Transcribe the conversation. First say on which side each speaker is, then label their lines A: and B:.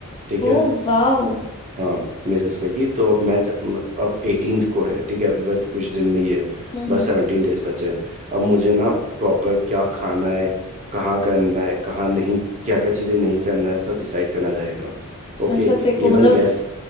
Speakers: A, on the right; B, on the left.
A: ठीक है
B: ओ वाह हम्म
A: हाँ मिसेस लगी तो अब मैच अब 18th को है ठीक है अभी बस कुछ दिन में ही है
B: हम्म
A: बस 17 डेज बचे हैं अब मुझे ना प्रॉपर क्या खाना है कहाँ करना है कहाँ नहीं क्या क्या चीज़ें नहीं करना है सब डिसाइड करना रहेगा ओके
B: अच्छा तेरे को
A: इवन
B: मतलब
A: गैस